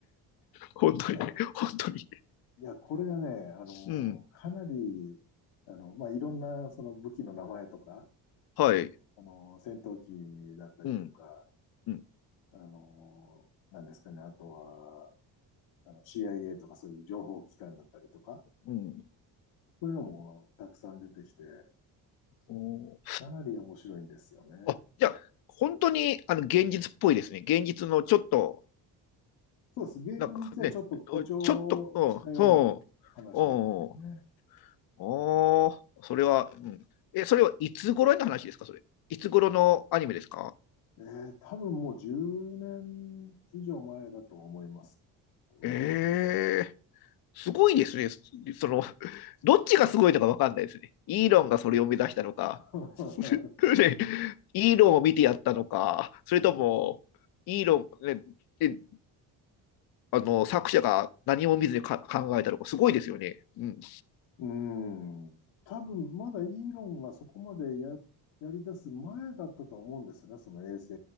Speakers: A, on the left (about 50°); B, on the left (about 70°).
A: 本当に、
B: ねえ
A: 本当に。
B: いや、これがね、あの、
A: うん。
B: かなり、あの、まあ、いろんな、その武器の名前とか、
A: はい。
B: あの、戦闘機だったりとか、
A: うん。うん。
B: あの、なんですかね、あとは、あの CIA とかそういう情報機関だったりとか、
A: うん。
B: そういうのもたくさん出てきて、
A: お
B: かなり面白いんですよね。
A: あ、じゃあ、本当にあの現実っぽいですね。現実のちょっと、
B: そうです。現実をちょっと誇張したような話ですね。
A: なんかね、ちょっと、うん、うん、うん、おーそれは、うん。え、それはいつ頃の話ですか、それ。いつ頃のアニメですか
B: えー、多分もう10年以上前だと思いますね。
A: ええすごいですね。その、どっちがすごいのかわかんないですね。イーロンがそれを目指したのか、
B: <laughs>
A: <laughs> ねイーロンを見てやったのか、それとも、イーロン、ね、えあの、作者が何も見ずにか考えたとか、すごいですよね。うん。
B: うん。多分、まだイーロンがそこまでや、やり出す前だったと思うんですよね、その衛星